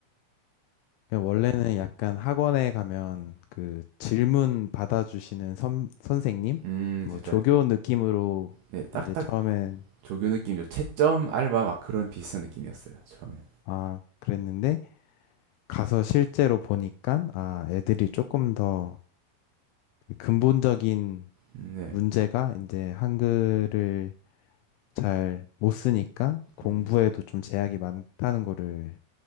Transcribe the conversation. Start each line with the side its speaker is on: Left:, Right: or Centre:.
Left: 그러니까 원래는 약간 학원에 가면 그 질문 받아주시는 선, 선생님?
Right: 음,
Left: 뭐
Right: 살짝
Left: 조교 느낌으로
Right: 네, 딱딱
Left: 이제 처음엔
Right: 조교 느낌이죠. 채점 알바 막 그런 비슷한 느낌이었어요 처음엔.
Left: 아, 그랬는데 가서 실제로 보니까 아, 애들이 조금 더그 근본적인
Right: 음, 네,
Left: 문제가 이제 한글을 잘 못 쓰니까 공부에도
Right: 음,
Left: 좀 제약이 많다는 거를